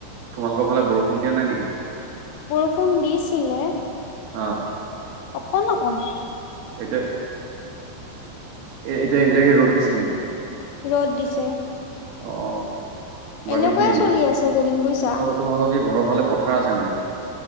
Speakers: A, on the right (about 70°); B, on the left (about 80°).
A: তোমালোকৰ ফালে বৰষুন দিয়া নাই নেকি?
B: বৰষুণ দিছিলে
A: অ
B: অকণ - অকণ।
A: এতিয়া, এতিয়া -এতিয়া কি ৰ'দ দিছে নেকি?
B: ৰ'দ দিছে।
A: অ বাকী
B: এনেকুৱাই
A: কি,
B: চলি আছে এইকেইদিন বুজিছা
A: তোমালোকৰ- তোমালোকৰ কি ঘৰৰ ফালে পথাৰ আছে মানে?